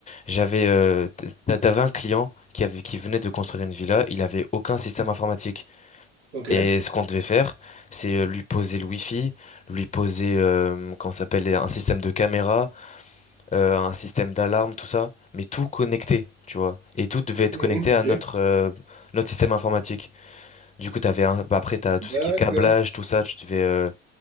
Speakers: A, on the left; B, on the right.
A: J'avais, euh, t- t'a- t'avais un client qui avait, qui venait de construire une villa, il avait aucun système informatique.
B: Ok.
A: Et ce qu'on devait faire, c'est euh, lui poser le wifi, lui poser, euh, comment ça s'appelle, un système de caméra, euh, un système d'alarme, tout ça, mais tout connecté, tu vois. Et tout devait être
B: Mhm,
A: connecté à
B: ok.
A: notre, euh, notre système informatique. Du coup, t'avais un, bah, après, t'as tout ce
B: D'accord.
A: qui est câblage, tout ça, tu devais, euh,